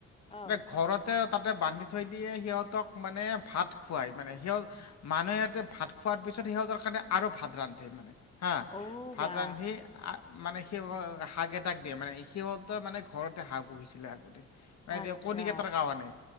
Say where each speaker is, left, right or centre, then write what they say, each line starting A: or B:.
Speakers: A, on the left; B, on the left.
A: অ
B: মানে ঘৰতে তাতে বান্ধি থৈ দিয়ে সিহঁতক মানে ভাত খোৱাই মানে সিহঁত মানুহে ভাত খোৱাৰ পিছত সিহঁতৰ কাৰণে আৰু ভাত ৰান্ধে মানে হা
A: অ'
B: ভাত
A: বা
B: ৰান্ধি মানে সি হাঁহকেটাক দিয়ে মানে সিহঁতে মানে ঘৰতে হাঁহ পুহিছিলে আগতে।
A: আচ্ছা
B: কণীকেইটাৰ কাৰণে